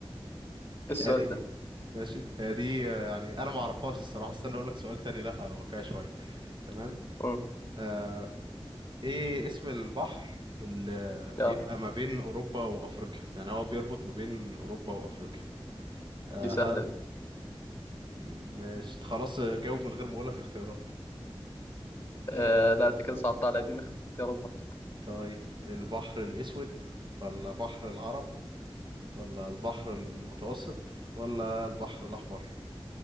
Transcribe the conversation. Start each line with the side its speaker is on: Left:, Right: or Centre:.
Left: إيه السؤال
Right: هي دي
Left: ده
Right: ماشي هي دي آه، يعني انا ما اعرفهاش الصراحة استنى اقول لك سؤال تاني لا واقعي شوية تمام
Left: امم
Right: آه ايه اسم البحر اللي بيبقى
Left: اه
Right: ما بين اوروبا وافريقيا يعني هو بيربط ما بين اوروبا وافريقيا آه
Left: دي
Right: ها
Left: سهلة دي
Right: مش خلاص جاوب من غير ما اقول لك اختيارات
Left: آه لا انت كده صعبت على دي اختيارات برضه
Right: طيب البحر الاسود ولا بحر العرب ولا البحر المتوسط ولا البحر الأحمر